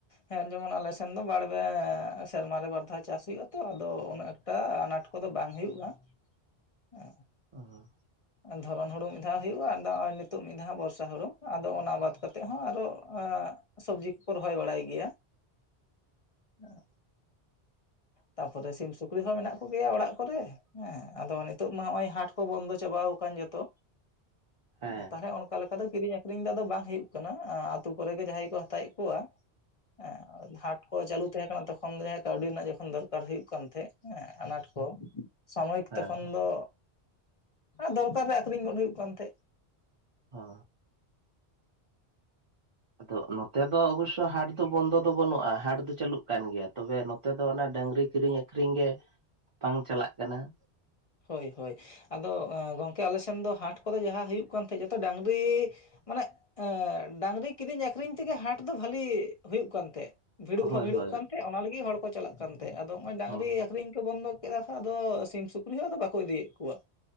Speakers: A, on the left; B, on the right.
A: ᱦᱮᱸ ᱡᱮᱢᱚᱱ ᱟᱞᱮᱥᱮᱱ ᱫᱚ ᱵᱟᱨ <inaudible> ᱥᱮᱨᱢᱟᱨᱮ ᱵᱟᱨ ᱫᱷᱟᱣ ᱪᱟᱥ ᱦᱩᱭᱩᱜ-ᱟ ᱛᱚ ᱟᱫᱚ ᱩᱱᱟᱹᱜ ᱛᱚ ᱟᱱᱟᱴ ᱠᱚᱫᱚ ᱵᱟᱝ ᱦᱩᱭᱩᱜ-ᱟ ᱾ ᱦᱮᱸ
B: <unintelligible>
A: ᱫᱷᱚᱨᱚᱱ ᱦᱩᱲᱩ ᱢᱤᱫ ᱫᱷᱟᱣ ᱦᱩᱭᱩᱜ-ᱟ ᱟᱫᱚ ᱱᱚᱜ-ᱚᱭ ᱱᱤᱛᱚᱜ ᱢᱤᱫ ᱫᱷᱟᱣ ᱵᱚᱨᱥᱟ ᱦᱩᱲᱩ ᱟᱫᱚ ᱚᱱᱟ ᱵᱟᱫ ᱠᱟᱛᱮᱫ ᱦᱚᱸ ᱚ ᱥᱚᱵᱽᱡᱤ ᱠᱚᱠᱚ ᱨᱚᱦᱚᱭ ᱵᱟᱲᱟᱭ ᱜᱮᱭᱟ? <unintelligible> ᱛᱟᱯᱚᱨᱮ ᱥᱤᱢ ᱥᱩᱠᱨᱤ ᱦᱚᱸ ᱢᱮᱱᱟᱜ ᱠᱚᱜᱮᱭᱟ ᱚᱲᱟᱜ ᱠᱚᱨᱮ ᱦᱮᱸ ᱟᱫᱚ ᱱᱤᱛᱚᱜ ᱢᱟ ᱱᱚᱜᱼᱚᱭ ᱦᱟᱴ ᱠᱚ ᱵᱚᱱᱫᱚ ᱪᱟᱵᱟᱟᱣ ᱠᱟᱱ ᱡᱚᱛᱚ,
B: ᱦᱮᱸ
A: ᱛᱟᱦᱞᱮ ᱚᱱ ᱠᱟ ᱞᱮᱠᱟ ᱫᱚ ᱠᱤᱨᱤᱧ ᱟᱹᱠᱷᱨᱤᱧ ᱫᱚ ᱟᱫᱚ ᱵᱟᱝ ᱦᱩᱭᱩᱜ ᱠᱟᱱᱟ ᱟᱛᱩ ᱠᱚᱨᱮ ᱜᱮ ᱡᱟᱦᱟᱸᱭ ᱠᱚ ᱦᱟᱛᱟᱣᱮᱜ ᱠᱚᱣᱟ᱾ ᱮᱸ ᱦᱟᱴ ᱠᱚ ᱪᱟᱹᱞᱩ ᱛᱟᱦᱮᱸ ᱠᱟᱱᱟ ᱛᱚᱠᱷᱚᱱ ᱫᱚᱦᱟᱜ ᱠᱟᱹᱣᱰᱤ ᱨᱮᱱᱟᱜ ᱠᱷᱚᱱ ᱫᱚᱨᱠᱟᱨ ᱦᱩᱭᱩᱜ ᱠᱟᱱ ᱛᱟᱦᱮᱸᱫ ᱦᱮᱸ ᱟᱱᱟᱴ ᱠᱚ ᱥᱟᱢᱚᱭᱤᱠ
B: ᱦᱮᱸ
A: ᱛᱚᱠᱷᱚᱱ ᱫᱚ ᱟᱨ ᱫᱚᱨᱠᱟᱨ ᱨᱮ ᱟᱠᱷᱨᱤᱧ ᱜᱚᱫ ᱦᱩᱭᱩᱜ ᱠᱟᱱ ᱛᱟᱦᱮᱸᱜ
B: ᱦᱚ ᱟᱫᱚᱜ ᱱᱚᱛᱮ ᱫᱚ ᱚᱵᱚᱥᱥᱚᱭ ᱦᱟᱴ ᱫᱚ ᱵᱚᱱᱫᱚ ᱫᱚ ᱵᱟᱹᱱᱩᱜ-ᱟ, ᱦᱟᱴ ᱫᱚ ᱪᱟᱹᱞᱩᱜ ᱠᱟᱱ ᱜᱮᱭᱟ, ᱛᱚᱵᱮ ᱱᱮᱛᱟᱨ ᱫᱚ ᱚᱱᱟ ᱰᱟᱹᱝᱨᱤ ᱠᱤᱨᱤᱧ ᱟᱠᱷᱨᱤᱧ ᱜᱮ ᱵᱟᱝ ᱪᱟᱞᱟᱜ ᱠᱟᱱᱟ ᱾
A: ᱦᱚᱭ ᱦᱚᱭ ᱟᱫᱚ ᱜᱚᱝᱠᱮ ᱟᱞᱮ ᱥᱮᱱ ᱫᱚ ᱦᱟᱴ ᱠᱚᱫᱚ ᱡᱟᱦᱟᱸ ᱦᱩᱭᱩᱜ ᱠᱟᱱ ᱛᱟᱦᱮᱸᱡ ᱡᱚᱛᱚ ᱰᱟᱝᱨᱤ ᱢᱟᱱᱮᱜ ᱮ ᱰᱟᱝᱨᱤ ᱠᱤᱨᱤᱧ ᱟᱠᱷᱨᱤᱧ ᱛᱮᱜᱮ ᱦᱟᱴ ᱫᱚ ᱵᱷᱟᱞᱤ ᱦᱩᱭᱩᱜ ᱠᱟᱱ ᱛᱮᱜ, ᱵᱷᱤᱲᱩᱜ
B: ᱦᱳᱭ
A: ᱦᱚᱸ ᱵᱷᱤᱲᱩᱜ
B: ᱦᱳᱭ
A: ᱠᱟᱱ ᱛᱮ ᱚᱱᱟ ᱞᱟᱹᱜᱤᱫ ᱦᱚᱲ ᱠᱚ ᱪᱟᱞᱟᱜ ᱠᱟᱱᱛᱮ ᱟᱫᱚ ᱱᱚᱜ ᱚᱭ ᱰᱟᱝᱨᱤ
B: ᱦᱚᱸ
A: ᱠᱤᱨᱤᱧ ᱠᱚ ᱵᱚᱱᱫᱚ ᱠᱮᱫᱟ ᱟᱫᱚ ᱥᱤᱢ ᱥᱩᱠᱨᱤ ᱦᱚᱸ ᱟᱫᱚ ᱵᱟᱠᱚ ᱤᱫᱤᱭᱮᱫ ᱠᱚᱣᱟ